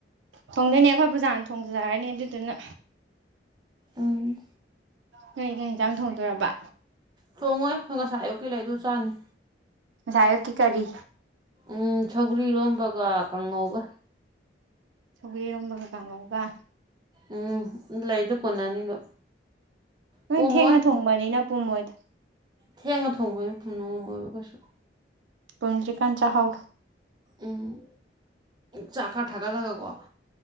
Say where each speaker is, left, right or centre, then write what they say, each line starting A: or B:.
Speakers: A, on the right; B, on the right.
A: ꯊꯣꯡꯗꯣꯏꯅꯦ ꯑꯩꯈꯣꯏ ꯄꯨꯕꯨꯖꯥꯅ ꯊꯣꯡꯖꯔꯅꯤ ꯑꯗꯨꯗꯨꯅ
B: ꯎꯝ
A: ꯀꯩꯒꯩ ꯌꯦꯟꯆꯥꯡ ꯊꯣꯡꯗꯣꯏꯔꯕ
B: ꯆꯣꯡꯉꯣꯏ ꯑꯩꯣꯏ ꯉꯁꯥꯏ ꯑꯌꯨꯛꯀꯤ ꯂꯩꯗꯨ ꯆꯥꯅꯤ
A: ꯌꯥꯏꯣꯀꯤ ꯀꯔꯤ
B: ꯎꯝ ꯁꯧꯒ꯭ꯔꯤꯔꯣꯝꯕꯒ ꯀꯥꯡꯉꯧꯒ
A: ꯁꯔꯝꯕꯀꯥꯉꯀ
B: ꯎꯝ ꯂꯩꯗꯣ ꯀꯣꯟꯅꯅꯤꯗꯣ
A: ꯅꯣꯏ
B: ꯄꯣꯝꯃꯣꯏ
A: ꯊꯦꯡꯅ ꯊꯣꯡꯕꯅꯤꯅ ꯄꯨꯝꯃꯣꯏꯗ
B: ꯊꯦꯡꯉ ꯊꯣꯡꯕꯅ ꯄꯨꯝꯅꯉꯝꯃꯣꯏꯕ ꯀꯩꯁꯨ
A: ꯄꯟꯖꯤ꯭ꯀꯥꯟ ꯆꯍꯥꯎ
B: ꯎꯝ ꯆꯥꯛ ꯈꯥ ꯊꯥꯒꯂꯒꯒꯣ